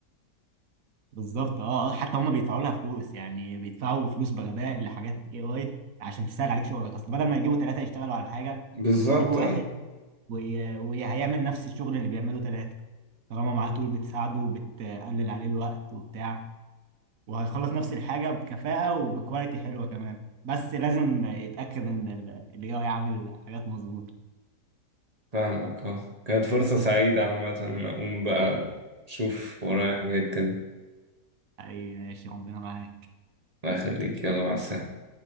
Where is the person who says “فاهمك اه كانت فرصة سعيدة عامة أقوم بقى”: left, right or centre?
Right